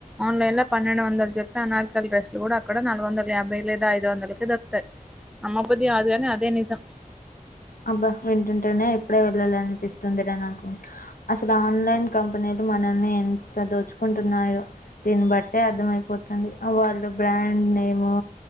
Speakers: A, in the centre; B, on the left.
A: ఆన్లైన్ లో పన్నెండు రండు వందలు చెప్పి అనార్ కలి డ్రెస్లు కూడా అక్కడ నాలుగు వందల యాభై లేదా ఐదు వందలకి దొకుతాయి అమ్మ బుద్ది కాదుగానీ అదే నిజం
B: అబ్బా వింటుంటేనే ఇప్పుడే వెళ్ళాల అనిపిస్తుందిరా నాకు అసలు ఆన్లైన్ కంపెనీ మనల్ని ఎంత దోచుకుంటున్నాయో దీన్ని బట్టే అర్థమయిపోతుంది వాళ్ళు బ్రాండ్ నేము